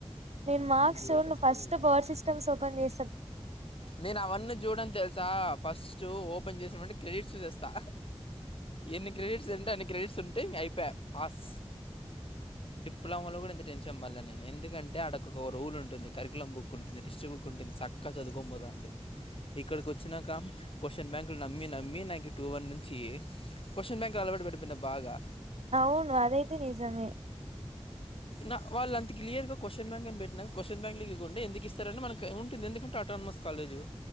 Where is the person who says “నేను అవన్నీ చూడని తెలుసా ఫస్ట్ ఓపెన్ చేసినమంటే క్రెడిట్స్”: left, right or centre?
Left